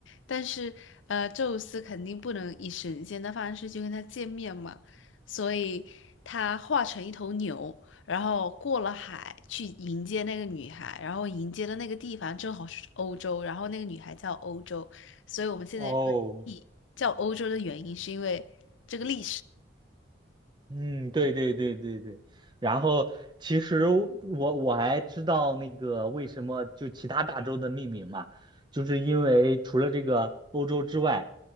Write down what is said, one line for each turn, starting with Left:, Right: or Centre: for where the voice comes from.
Left: 但是呃，宙斯肯定不能以神仙的方式去跟她见面嘛。所以他化成一头牛，然后过了海去迎接那个女孩，然后迎接的那个地方正好是欧洲，然后那个女孩叫欧洲，所以我们现在说地叫欧洲的原因是因为这个历史。
Right: 哦。嗯，对对对对对，然后其实我我还知道那个为什么就其他大洲的命名嘛，就是因为除了这个欧洲之外，